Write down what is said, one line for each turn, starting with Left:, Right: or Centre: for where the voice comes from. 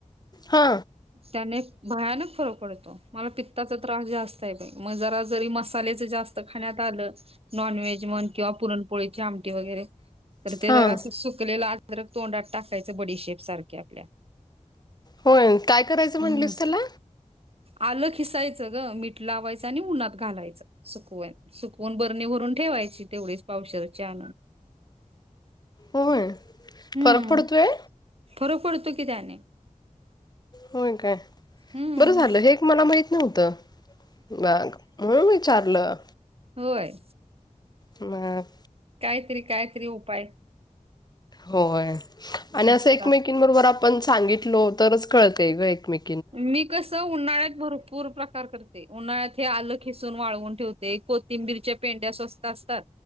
Left: हा.
Right: त्याने भयानक फरक पडतो. मला पित्ताचा त्रास जास्त आहे बाई. म जरा जरी मसाले - जास्त खाण्यात आल. नॉन व्हेज म्हण किंवा पुरणपोळीची आमटी वगैरे- तर ते
Left: हां
Right: जरा असं सुकलेलं अदरक तोंडात टाकायचं. बडीशेप सारखे आपल्या.
Left: होय, काय करायचं
Right: हम्म
Left: म्हटलीस त्याला?
Right: आलं खिसायचं ग, मीठ लावायचं आणि उन्हात घालायचं. <unintelligible> सुकवून बरणी भरून ठेवायची तेवढीच पावशरच्या
Left: होय,
Right: हम्म
Left: फरक पडतोय?
Right: फरक पडतो की त्याने
Left: होय काय,
Right: हम्म
Left: बरं झालं हे एक मला माहित नव्हतं. बग, म्हणून विचारलं
Right: होय.
Left: मग
Right: कायतरी-कायतरी उपाय
Left: होय, आणि
Right: सुचतात
Left: असं एकमेकीबरोबर आपण सांगितलो, तरच कळतेय ग एकमेकी
Right: मी कस उन्हाळ्यात भरपूर प्रकार करते, उन्हाळ्यात हे आलं खिसून वाळवून ठेवत ते, कोथिंबीरच्या पेंड्या स्वस्त असतात.